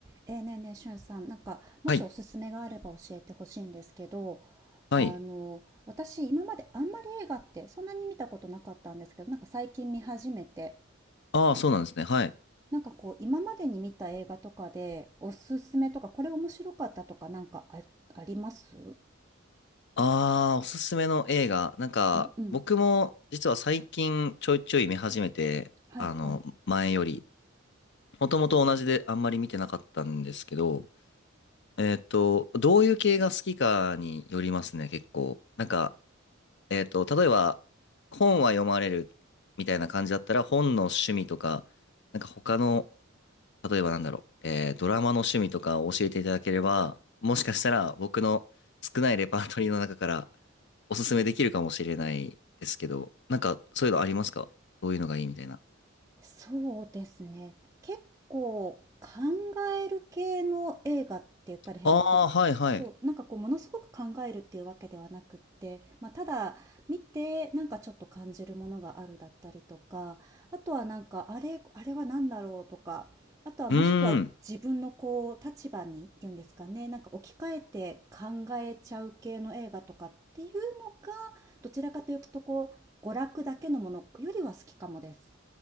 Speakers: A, on the right; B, on the left.
A: えーねえねえ、しゅんさん、なんか、もしおすすめがあれば教えてほしいんですけど、
B: はい。はい。
A: あの、私、今まであんまり映画ってそんなに見たことなかったんですけど、なんか最近見始めて、
B: ああ、そうなんですね。はい。
A: なんかこう、今までに見た映画とかで、おすすめとか、これ面白かったとか、なんかあ、あります
B: ああ、おすすめの映画。なんか、
A: うんうん。
B: 僕も実は最近ちょいちょい見始めて、
A: はいはい。
B: あの、前より。もともと同じであんまり見てなかったんですけど、えっと、どういう系が好きかによりますね、結構。なんか、えっと、例えば、本は読まれるみたいな感じだったら、本の趣味とか、なんか他の例えばなんだろう、えードラマの趣味とかを教えていただければ、もしかしたら僕の少ないレパートリーの中からおすすめできるかもしれないですけど、なんかそういうのありますかどういうのがいいみたいな。
A: そうですね。結構考える系の映画って言ったら変ですけど、
B: ああ、はいはい。
A: そう、なんかこうものすごく考えるっていうわけではなくって、まあ、ただ見てなんかちょっと感じるものがあるだったりとか、あとはなんかあれ、あれは何だろうとか、あとはもしくは自分のこう立場にっていうんですかね、
B: うーん。
A: なんか置き換えて考えちゃう系の映画とかっていうのが、どちらかというとこう娯楽だけのものよりは好きかもです。